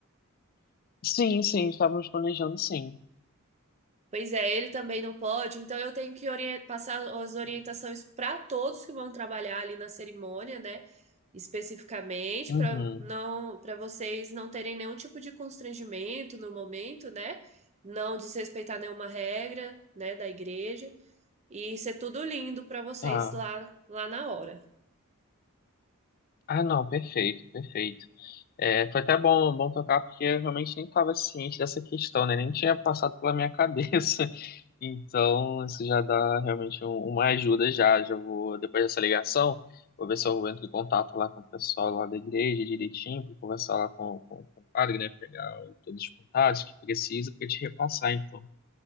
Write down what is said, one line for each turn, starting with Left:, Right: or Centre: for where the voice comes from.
Left: Sim, sim, estávamos planejando sim.
Right: Pois é, ele também não pode, então eu tenho que orien- passar as orientações para todos que vão trabalhar ali na cerimônia, né? Especificamente,
Left: Uhum,
Right: para não, para vocês não terem nenhum tipo de constrangimento no momento, né? Não desrespeitar nenhuma regra, né, da igreja, e ser tudo lindo para vocês
Left: tá.
Right: lá, lá na hora.
Left: Ah, não, perfeito, perfeito. É, foi até bom, bom tocar, porque eu realmente nem estava ciente dessa questão, né? Nem tinha passado pela minha <laughs> cabeça. Então, isso já dá realmente um- uma ajuda já. Já vou, depois dessa ligação, vou ver se eu entro em contato lá com o pessoal lá da igreja direitinho, para conversar lá com, com, com o padre, né? Pegar o- todos os contatos que precisa para te repassar, então.